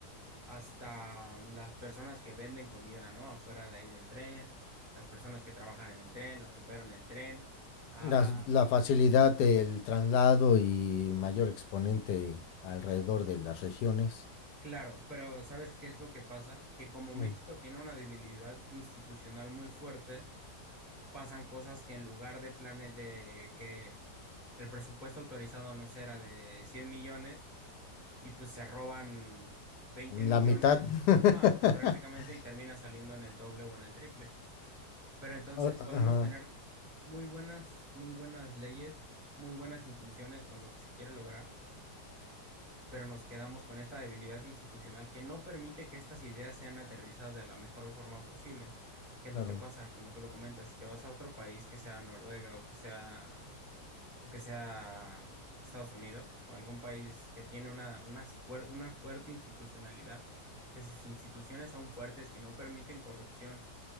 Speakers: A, in the centre; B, on the left (about 75°).
A: hasta las personas que venden comida, ¿no? Afuera de ahí del tren, las personas que trabajan en el tren, los que operan el tren. Ah,
B: las la facilidad del traslado y mayor exponente alrededor de las regiones.
A: claro, pero ¿sabes qué es lo que pasa? Que como México
B: Mm,
A: tiene una debilidad institucional muy fuerte, pasan cosas que en lugar de planes de que el presupuesto autorizado, no sé, era de 100 millones y pues se roban 20 millones,
B: La mitad. <laughs>
A: ajá, pues prácticamente y termina saliendo en el doble o en el triple. Pero entonces
B: Ah,
A: podemos
B: Ajá,
A: tener muy buenas, muy buenas leyes, muy buenas intenciones con lo que se quiere lograr, pero nos quedamos con esta debilidad institucional que no permite que estas ideas sean aterrizadas de la mejor forma posible. ¿Qué es
B: claro,
A: lo que pasa? Como tú lo comentas, si te vas a otro país, que sea Noruega o que sea o que sea Estados Unidos o algún país que tiene una, unas fuer- una fuerte institucionalidad, que sus instituciones son fuertes, que no permiten corrupción